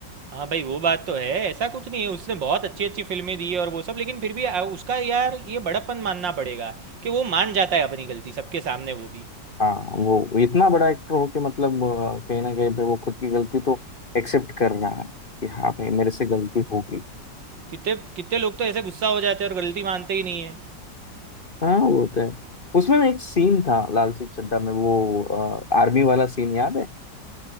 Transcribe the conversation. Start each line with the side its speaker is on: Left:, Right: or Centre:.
Right: हाँ भाई वो बात तो है ऐसा कुछ नहीं है उसने बहुत अच्छी अच्छी फिल्में दी है और वो सब लेकिन फिर भी आ- उसका यार ये बड़प्पन मानना पड़ेगा कि वो मान जाता है अपनी गलती सबके सामने वो भी
Left: हाँ वो इतना बड़ा एक्टर हो के मतलब अ, कहीं ना कहीं पे वो खुद की गलती तो एक्सेप्ट कर रहा है कि हाँ भाई मेरे से गलती हो गई
Right: कितने कितने लोग तो ऐसे गुस्सा हो जाते हैं और गलती मानते ही नहीं है
Left: हाँ वो तो है उसमें ना एक सीन था लाल सिंह चड्ढा में वो आर्मी वाला सीन याद है